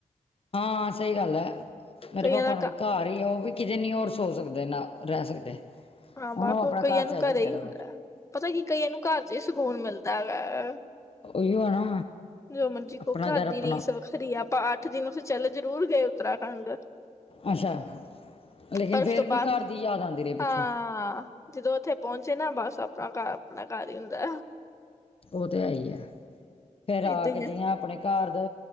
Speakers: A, on the left; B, on the left.
A: ਹਾਂ ਸਹੀ ਗੱਲ ਹੈ ਮੇਰੇ
B: ਕਈਆਂ
A: ਪਾਪਾ
B: ਦਾ
A: ਨੂੰ ਵੀ ਘਰ ਉਹ ਵੀ ਕਿਤੇ ਨੀ ਹੋਰ ਸੋ ਸਕਦੇ ਨਾ ਰਹਿ ਸਕਦੇ
B: ਹਾਂ
A: ਉਹਨੂੰ
B: ਬਸ
A: ਆਪਣਾ
B: ਉਹ ਕਈਆਂ
A: ਘਰ
B: ਨੂੰ
A: ਚਾਹੀਦਾ
B: ਘਰੇ
A: ਚਾਹੀਦਾ
B: ਹੀ ਹੁੰਦਾ
A: ਬਾਅਦ 'ਚ
B: ਪਤਾ ਕੀ ਕਈਆਂ ਨੂੰ ਘਰ ਚ ਹੀ ਸਕੂਨ ਮਿਲਦਾ ਹੈਗਾ
A: ਉਹੀਓ ਐ ਨਾ
B: ਜੋ ਮਰਜੀ
A: ਆਪਣਾ
B: ਕੋ ਘਰ
A: ਆਪਣਾ
B: ਦੀ ਰੀਸ ਵੱਖਰੀ ਆਪਾਂ ਅੱਠ ਦਿਨ ਉੇਥੇ ਚੱਲ ਜਰੂਰ ਗਏ ਉੱਤਰਾਖੰਡ
A: ਅੱਛਾ ਲੇਕਿਨ
B: ਪਰ ਉਸ
A: ਫਿਰ
B: ਤੋਂ
A: ਵੀ
B: ਬਾਅਦ
A: ਘਰ ਦੀ ਯਾਦ ਆਉਂਦੀ ਰਹੀ ਪਿੱਛੋਂ
B: ਹਾਂ ਜਦੋਂ ਉੱਥੇ ਪਹੁੰਚੇ ਨਾ ਬਸ ਆਪਣਾ ਘਰ ਆਪਣਾ ਘਰ ਹੀ ਹੁੰਦਾ
A: ਉਹ ਤੇ ਹੈ ਈਆ ਫੇਰ ਆ
B: ਏਦਾਂ ਹੀ
A: ਕੇ ਜੀਆਂ
B: ਹੈ
A: ਆਪਣੇ ਘਰ ਦਾ